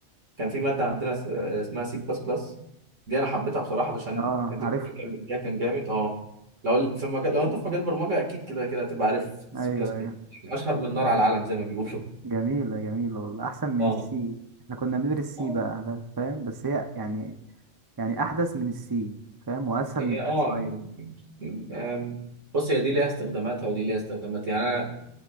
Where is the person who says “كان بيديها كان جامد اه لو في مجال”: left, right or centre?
Right